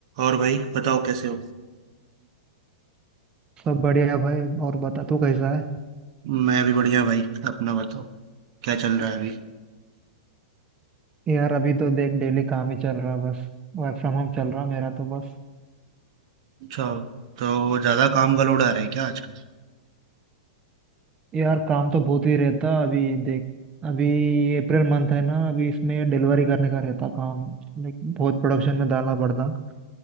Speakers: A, on the right; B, on the right.
A: और भाई बताओ कैसे हो
B: सब बढ़िया भाई और बता तू कैसा है
A: मैं भी बढ़िया भाई अपना बताओ क्या चल रहा है अभी
B: यार अभी तो देख डेली काम ही चल रहा बस वर्क फ्रॉम होम चल रहा मेरा तो बस
A: अच्छा तो ज़्यादा काम का लोड आ रहा है क्या आजकल
B: यार काम तो बहुत ही रहता अभी देख अभी अप्रैल मंथ है ना अभी इसमें डिलीवरी करने का रहता काम लाइक बहुत प्रोडक्शन में डालना पड़ता